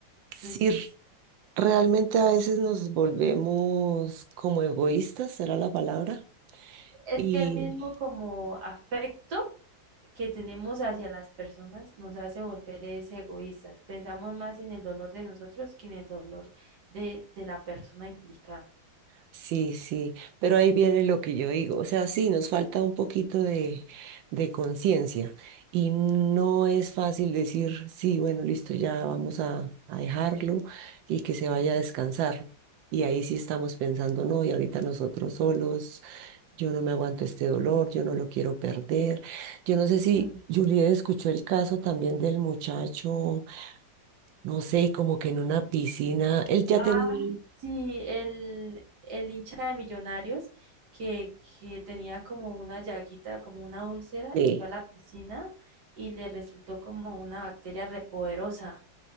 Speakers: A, on the right; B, on the right.
A: Entonces,
B: Sí, Realmente a veces nos volvemos como egoístas, será la palabra,
A: es
B: y,
A: que el mismo como afecto que tenemos hacia las personas nos hace volver es egoístas. Pensamos más en el dolor de nosotros que en el dolor de, de la persona implicada.
B: Sí, sí, pero ahí viene lo que yo digo. O sea, sí, nos falta un poquito de, de conciencia y no es fácil decir, sí, bueno, listo, ya vamos a, a dejarlo y que se vaya a descansar. Y ahí sí estamos pensando, no, y ahorita nosotros solos, yo no me aguanto este dolor, yo no lo quiero perder. Yo no sé si
A: Mm.
B: Juliet escuchó el caso también del muchacho, no sé, como que en una piscina, él ya
A: Ah,
B: tenía...
A: sí, el, el hincha de Millonarios que, que tenía como una llaguita, como una úlcera,
B: sí.
A: y fue a la piscina y le resultó como una bacteria repoderosa.